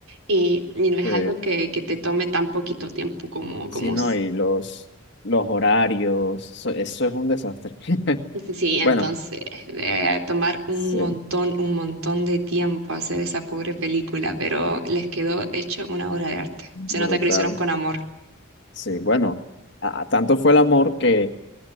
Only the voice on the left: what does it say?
Sí.
Sí, no,
y los, los horarios, eso, eso es un desastre. <laughs>
Bueno,
sí,
brutal.
Sí, bueno, a- a tanto fue el amor que